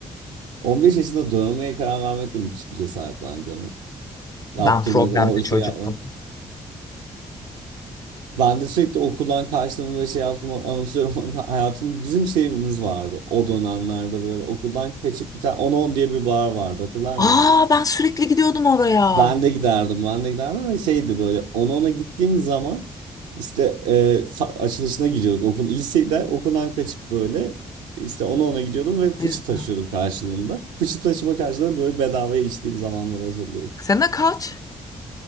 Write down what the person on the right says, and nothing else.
15 yaşında dövmeye karar vermek de müthiş bir cesaret bence ama. Yaptırmak,
o işi
yapmak. Ben de sürekli okuldan kaçtığımı ve şey yaptığımı anımsıyorum. <laughs> Hayatım bizim şeyimiz vardı o dönemlerde böyle okuldan kaçıp bir tane on on diye bir bar vardı hatırlar
mısın?
Ben de giderdim ben de giderdim ve şeydi böyle on ona gittiğim zaman işte e, sa- açılışına gidiyorduk okul lisede okuldan kaçıp böyle işte 10 ona gidiyordum ve fıçı
taşıyordum
karşılığında. Fıçı taşıma karşılığında böyle bedavaya içtiğim zamanları hatırlıyorum.